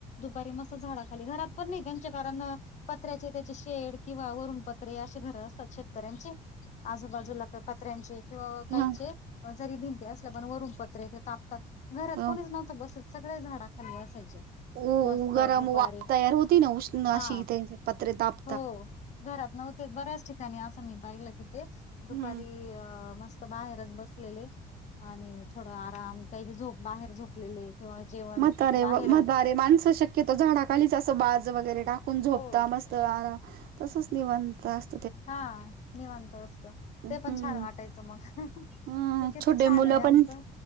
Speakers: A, on the left (about 45°); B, on the right (about 60°).
A: दुपारी मस्त झाडा खाली घरात पण नाही त्यांच्या कारण पत्र्याचे त्याचे शेड किंवा वरुण पत्रे अशे घर असतात शेतकऱ्यांचे आजूबाजूला क पत्र्यांचे किंवा काहींचे
B: हा
A: जरी भिंती असल्या पण वरून पत्रे ते ताप घरात
B: हा.
A: कोणीच नव्हतं बसत सगळे झाडा खाली असायचे
B: उ
A: मस्त
B: गरम
A: दुपारी
B: वाफ तयार होती ना उष्ण
A: हा
B: अशी त्याची पत्रे ताप -
A: हो घरात नव्हते बऱ्याच ठिक - त्यानी असं मी पाहिलं की ते दुपारी
B: हम्म.
A: अ मस्त बाहेरच बसलेले आणि थोड आराम काही झोप बाहेर झोपलेले किंवा जेवण
B: म्हातारे
A: तिथे बाहेरच
B: व म्हातारे माणस शक्य - तीथ झाडाखालीच अस बाज वगैरे टाकून झोपता
A: हो
B: मस्त आरा तसच निवांत अस
A: हा निवांत असत
B: हम्म.
A: ते पण छान वाटायचं मग ते
B: अ
A: किती
B: छोटे
A: छान
B: मुलं
A: आहे आमचं
B: पण